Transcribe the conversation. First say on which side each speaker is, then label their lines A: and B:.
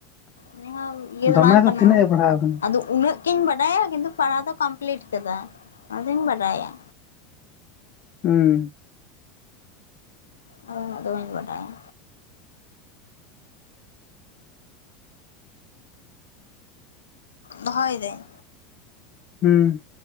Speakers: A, on the left; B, on the left.
A: ᱩᱱᱤ ᱦᱚᱸ ᱤᱭᱟ.
B: ᱫᱚᱢᱮ
A: ᱫᱚ ᱵᱟᱝ ᱠᱟᱱᱟ
B: ᱛᱤᱱᱟᱹᱜ ᱮ ᱯᱟᱲᱦᱟᱣ ᱟᱠᱟᱱᱟ᱾
A: ᱟᱫᱚ ᱩᱱᱟᱹᱜ ᱠᱤᱧ ᱵᱟᱰᱟᱭᱟ ᱠᱤᱱᱛᱩ ᱯᱟᱲᱦᱟᱣ ᱫᱚ ᱠᱚᱢᱯᱞᱤᱴ ᱠᱟᱫᱟᱭ ᱚᱱᱟᱫᱚᱧ ᱵᱟᱰᱟᱭᱟ᱾
B: ᱦᱩᱸ
A: <unintelligible> ᱩᱱᱟᱹᱜ ᱫᱚ ᱵᱟ. ᱧ ᱵᱟᱰᱟᱭᱟ᱾ ᱫᱚᱦᱚᱭ ᱫᱟᱹᱧ᱾
B: ᱦᱮᱸ